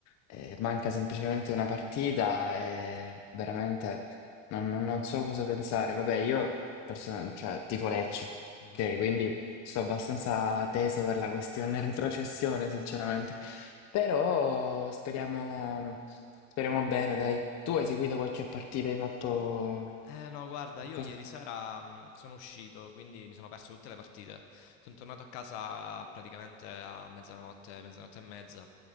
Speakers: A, on the left; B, on the left.
A: eh, manca semplicemente una partita e veramente non, non- non so cosa pensare. Vabbè, io personal- cioè, tifo Lecce,
B: Mhm.
A: ok? Quindi sto abbastanza teso per la questione <laughs> retrocessione, sinceramente. Però speriamo, speriamo bene, dai. Tu hai seguito qualche partita, hai fatto
B: Eh no, guarda,
A: qualcosa?
B: io ieri sera mh, sono uscito, quindi mi sono perso tutte le partite. Sono tornato a casa praticamente a mezzanotte, mezzanotte e mezza.